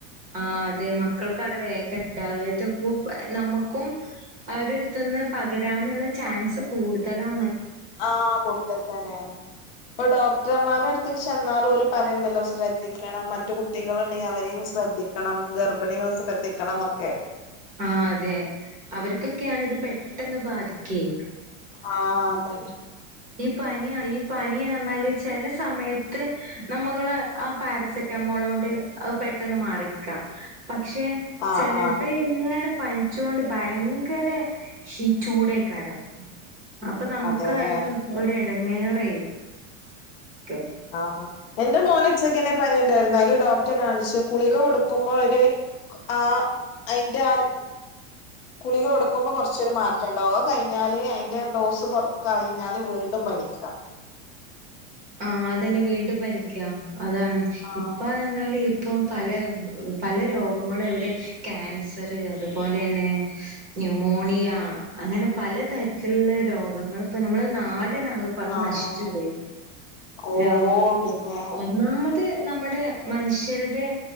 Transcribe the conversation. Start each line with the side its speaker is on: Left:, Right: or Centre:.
Right: ആഹ അത മക്കൾക്കാണ് വേഗം ഉണ്ടാവുക നമ്മൾക്കും അവരുടെ അടുത്തുനിന്ന് പകരം ചാൻസ് കൂടുതലാ
Left: ആഹ കൂടുതൽ തന്നെയാണ് ഇപ്പൊോക് പുറ്റന്മാരുടെ അടുത്തൽ ചെന്നാലും പോലും പറലയുണ്ടല്ലോ ശ്രദ്ധിക്കണം മറ്റു കുട്ടികളുണ്ടെങ്കിൽ അവരെയും ശ്രദ്ധിക്കണം ഗർഭിണികൾ ശ്രദ്ധിക്കണം എന്നൊക്കെ
Right: ആ അതെ അവർക്കൊക്കെയാണ് ഇത് പെട്ടെന്ന് ബാധിക്കുകയും
Left: ആഹ അതന്നെ
Right: ഈ പന ഈ പനിാല് ചില സമയത്ത് നമ്മ ആ പാരസെറ്റമോൾ മോളുണ്ട് അഅ് പെട്ടെന്ന് മാറിക്ക. പക്ഷേ
Left: ആഹ്
Right: ചെലത്
Left: ആഹ്
Right: ഇങ്ങനെ പനിച്ചൊണ്ട് ഭയങ്കര ചൂടായിക്കാരം അപ്പ നമുക്കായാലും
Left: അതെല്ലേ
Right: ഒരു ഇടങ്ങേറ് കരോക്കെ
Left: ആഹ എന്റെ മോൻ ഉച്ചക്കനെ പണിയുണ്ടായിരുന്നല് ഡോ ഒറ്റ കാണിച്ച് കുളിക കൊടുക്കുമ്പോൾ ഒരു ആ അതിറെ ആ കുളിക കൊടുക്കുമ്പോ കൊറച്ചര് മാറ്റം ഉണ്ടാവോ കഴിഞ്ഞാല് അ ഡോസ് കൊറ കഴിഞ്ഞാല് വീണ്ടും പനിക്ക്
Right: ആ അതന്നെ വീണ്ടും പനിക്കാം അതാണ്
Left: ആഹ്
Right: ഇപ്പ എന്നാല് ഇപ്പം പല പല രോഗങ്ങളും എവിടെ ക്യാൻസർ അതുപോലെന്നെ ന്യൂുമോണിയ അങ്ങനെ പലതരത്തിലുള്ള രോഗങ്ങള് ഇപ്പോ നമ്മൾ നാട് ാക പാട
Left: ആഹ്
Right: നശിച്ചു പോയി
Left: ഓ
Right: രോഗ
Left: പിന്നെ
Right: ഒന്ന നത് നമ്മുടെ മനുഷ്യരുടെ